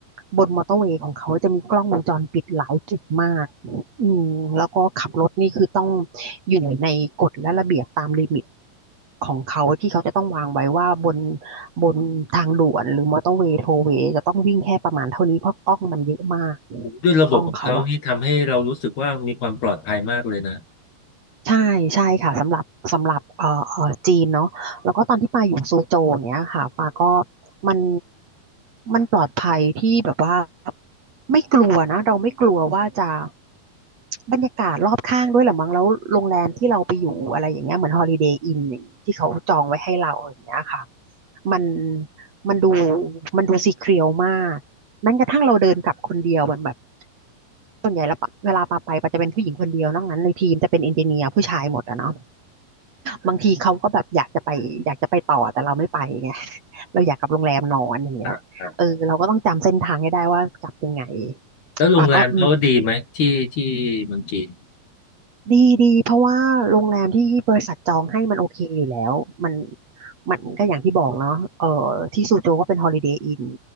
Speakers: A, on the right; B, on the left.
A: บนมอเตอร์เวย์ของเขาจะมีกล้องวงจรปิดหลายจุดมากอืมแล้วก็ขับรถนี่คือต้องอยู่ในกฎและระเบียบตามลิมิตของเขาที่เขาจะต้องวางไว้ว่าบนบนทางด่วนหรือมอเตอร์เวย์โทเวย์จะต้องวิ่งแค่ประมาณเท่านี้เพราะกล้องมันเยอะมาก
B: โอ้ด้วยระบบของเขานี่ทำให้เรารู้สึกว่ามีความปลอดภัยมากเลยนะ
A: กล้องเขาอะใช่ใช่ค่ะสำหรับสำหรับเอ่อเอ่อจีนเนาะแล้วก็ตอนที่ปาอยู่โซโจอย่างเนี้ยค่ะปาก็มันมันปลอดภัยที่แบบว่าไม่กลัวนะเราไม่กลัวว่าจะบรรยากาศรอบข้างด้วยแหละมั้งแล้วโรงแรมที่เราไปอยู่อะไรอย่างเงี้ยเหมือนฮอลิเดย์อินที่เขาจองไว้ให้เราอย่างเงี้ยค่ะมันมันดูมันดูซีเครียวมาก แม้กระทั่งเราเดินกลับคนเดียวมันแบบส่วนใหญ่แล้วปะเวลาปาไปปาจะเป็นผู้หญิงคนเดียวนอกนั้นในทีมจะเป็นเอนจิเนียร์ผู้ชายหมดอะเนาะบางทีเขาก็แบบอยากจะไปอยากจะไปต่อแต่เราไม่ไปไงเราอยากกลับโรงแรมนอนอย่างเงี้ยเออเราก็ต้องจำเส้นทางให้ได้ว่ากลับยังไง
B: ครับครับแล้วโรงแรมเขาดีไหมที่ที่เมืองจีน
A: ปาก็อืมดีดีเพราะว่าโรงแรมที่บริษัทจองให้มันโอเคอยู่แล้วมันมันก็อย่างที่บอกเนาะเออที่ซูโจวก็เป็นฮอลิเดย์อิน